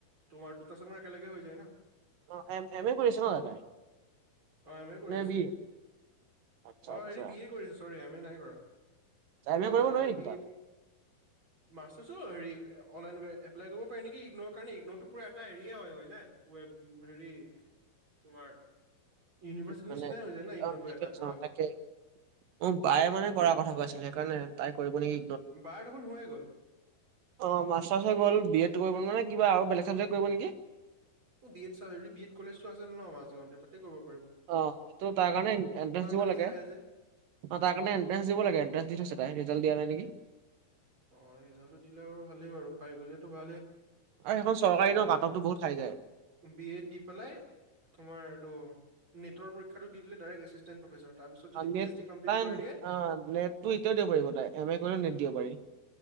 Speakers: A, on the right (about 35°); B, on the right (about 70°).
A: তোমাৰ দুটা তোমাৰ একেলগে হৈ যায় ন?
B: অ', এ এম এ কৰি আছে ন দাদাই
A: অ', এম এ কৰিছে
B: নে বি আচ্ছা
A: অ
B: আচ্ছা
A: হেৰি বি এ কৰিছে। চৰি এম এ নাই কৰা।
B: টাইমে কৰিব
A: দাদা
B: নোৱাৰি
A: এই
B: নেকি
A: বিত
B: তাত
A: মাছছো হেৰি অনলাইন এপ্লাই কৰিব পাৰি নেকি ইগন' কাৰণে ইগনটো পুৰা এটা হেৰিয়ে হয় হয় ন ৱ হেৰি তোমাৰ ইউনিভাৰ্চিটিৰ
B: মানে
A: নিচিনাই হৈ যায় না ইগনৰটো এটা
B: চ
A: পুৰা
B: তাকে উ বায়ে মানে কৰা কথা কৈ আছিলে। সেই <unintelligible> কৰিব নেকি
A: বাৰ দেখোন হৈয়ে গ'ল
B: অ', কৰিব নে কা আৰু বেলেগ চাবজেক্ কৰিব নেকি?
A: বি এড চ হেৰি বি এড কলেজটো আছে ন আমাজগৱওঁতে তাতে কৰিবাৰ
B: অ', সেইটো তাৰ কাৰণে এডভাঞ্চ দিব
A: মেম
B: লাগে।
A: যে আহে
B: অ',
A: যে
B: তাৰ কাৰণ এণ্ট্ৰেঞ্চ দিব লাগ এট্ৰে দি থ তাই জ দিয়া নাই। নেকি
A: অ', ৰিজাল্টটো দিলে ব ভালেই বাৰু পাই গ'লেতো ভালেই।
B: আৰু সেইখন চৰকাৰী
A: এ
B: ন কাট অফটো বহুত হাই যায়
A: বি এ দি পেলাই তোমাৰ এইটো নটৰ পৰক্ষা দি দে ডাইক্ এচিষ্টেণ্ প্ৰফেচাৰ তাৰপিছত যদি
B: অ',
A: P
B: NET
A: H D complete
B: তাই
A: কৰি দিয়ে
B: অ নেট টো এতিয়াও দিব পাৰিব তাই এম এ কৰিলেও নেট দিব পাৰি।